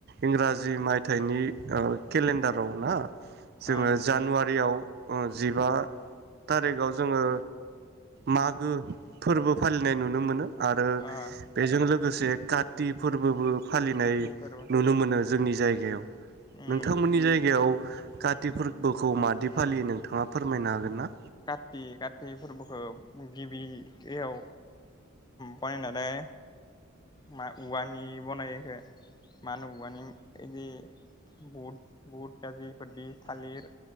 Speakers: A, on the right; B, on the left.
A: इंराजि मायथाइनि ओ केलेन्डाराव ना जोङो
B: ओं
A: जानुवारियाव जिबा थारिखआव जोङो मागो फोरबो फालिनाय नुनो मोनो आरो
B: ओ
A: बेजों लोग लोगोसे काति फोरबोबो फालिनाय
B: काति फोरबो
A: नुनो मोनो जोंनि जायगायाव
B: उम
A: नोंथांमोननि जायगायाव काथि फोरबोखौ मादि फालियो नोंथाङा फोरमायनो हागोन ना
B: काति काति फोरबोखौ गिबियाव बनायनानै मा औवानि बनायो बेखौ मा होनो औवानि बिदि बुट बुट गाज्रि इफोरदि थालिर